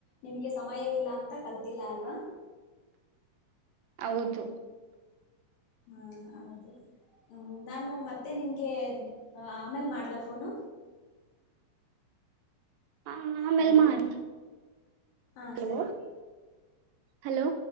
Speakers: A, on the left; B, on the right.
A: ನಿಮ್ಗೆ ಸಮಯ ಇಲ್ಲ ಅಂತ ಕಲ್ತಿಲ್ಲ ಅಲ್ವಾ
B: ಹೌದು
A: ಹಾ ಹೌದು ನಾನು ಮತ್ತೆ ನಿಮ್ಗೆ ಆಮೇಲ್ ಮಾಡ್ಲ ಫೋನು
B: ಆಮೇಲ್
A: ಹಲೋ
B: ಮಾಡಿ
A: ಹಾ
B: ಹಲೋ
A: ಸರಿ
B: ಹಲೋ